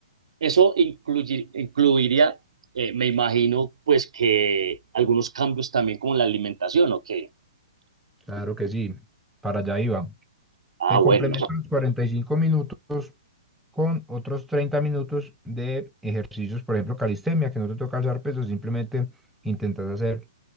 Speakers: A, on the right; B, in the centre.
A: eso incluir- incluiría, eh, me imagino, pues que algunos cambios también como en la alimentación, ok.
B: claro que sí, para allá iba.
A: Ah,
B: Te
A: bueno.
B: complemento los 45 minutos con otros 30 minutos de ejercicios, por ejemplo, calistenia, que no te toca alzar pesos, simplemente intentas hacer